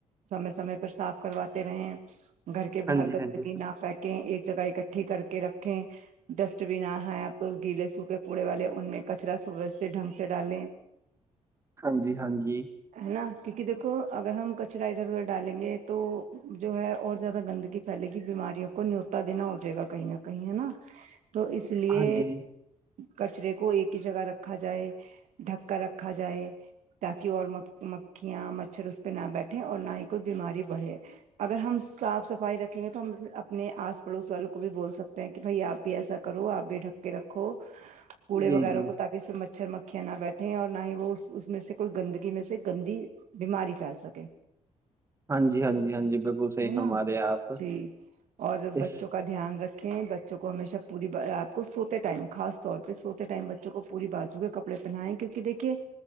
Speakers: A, on the right (about 80°); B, on the right (about 25°).
A: سمے سمے پر صاف کرواتے رہے گھر کے باہر
B: جی
A: گندگی
B: ہاں جی
A: نہ پھیک ایک جگہ اکھٹی کر کے رکھیں ڈسٹبن نہ ہے <unintelligible> گیل چھوٹے کوڑے والے ان میں کچرا صبح سے ڈھنگ سے ڈالیں
B: ہاں جی ہاں جی ہاں جی
A: ہے نا کیونکہ دیکھو اگر ہم کچرا ادھر ادھر ڈالیں گے تو جو ہے اور زیادہ گندگی پھیلے گی بیماریوں کو نیوتا دینا ہو جائے گا کہیں نہ کہیں ہے نا تو اسی لئیے
B: ہاں جی
A: کچرے کو ایک ہی جگہ رکھا جائے ڈھک کر رکھا جائے تاکہ اور مکھیاں مچھر اس پہ نہ بیٹھے اور نہ ہی کوئی بیماری بڑھے اگر ہم صاف صفائی رکھ یہ تو ہم اپنے آس پڑوس والوں کو بھی بول سکتے ہیں کہ بھائی آپ بھی ایسا کرو آپ بھی ڈھک کے رکھو ہو کوڑے
B: جی
A: وغیرہ
B: جی
A: کو تاکہ اسے مچھر مکھی مکھی نہ بیٹھیں اور نہ ہی وہ اس اس میں سے کوئی گندگی میں سے گندی بیماری پھیل سکے
B: ہاں جی ہاں جی ہاں جی بالکل صحیح
A: ہے
B: فرما
A: نا
B: رہے ہیں آپ
A: جی اور بچوں
B: اس
A: کا دھیان رکھیں بچوں کو ہمیشہ پوری بہ رات کو سوتے ٹائم خاص طور پہ سوتے ٹائم بچوں کو پوری بازو کے کپڑے کپڑے پہنا ئے کیونکی دیکھیے